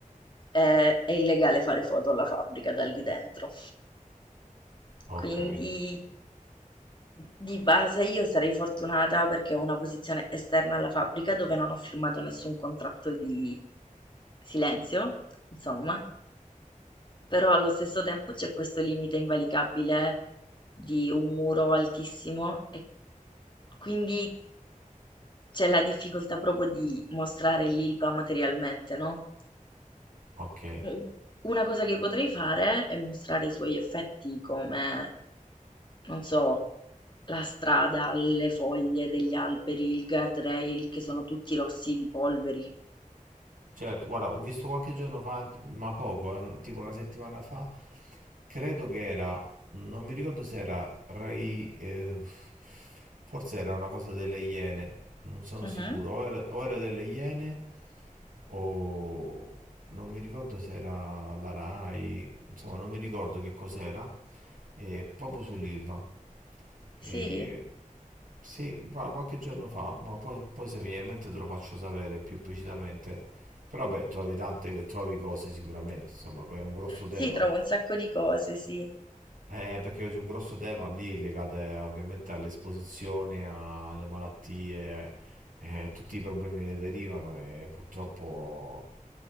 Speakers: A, on the left; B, on the right.
A: ehm, è illegale fare foto alla fabbrica dal di dentro.
B: Ok,
A: Quindi Di base io sarei fortunata perché ho una posizione esterna alla fabbrica dove non ho firmato nessun contratto di silenzio, insomma, però allo stesso tempo c'è questo limite invalicabile di un muro altissimo e quindi c'è la difficoltà proprio di mostrare l'Ilva materialmente, no?
B: ok.
A: Mh. Una cosa che potrei fare è mostrare i suoi effetti come, non so, la strada, le foglie degli alberi, il guardrail che sono tutti rossi di polveri.
B: Certo, guarda, ho visto qualche giorno fa, ma poco, eh, un- tipo una settimana fa, credo che era, non mi ricordo se era Rai, eh, forse era una cosa delle Iene, non sono
A: Mhm.
B: sicuro, o era, o era delle Iene o non mi ricordo se era la Rai, insomma non mi ricordo che cos'era, eh, proprio sull'Ilva.
A: Sì?
B: Eh, sì, guarda, qualche giorno fa, ma poi, poi se mi viene in mente te lo faccio sapere più precisamente. Però beh, trovi tante, trovi cose sicuramente, insomma, è un grosso tema.
A: Sì, trovo un sacco di cose, sì.
B: Eh, perché c'è un grosso tema lì legato eh, ovviamente all'esposizione, alle malattie, eh, tutti i problemi che ne derivano e purtroppo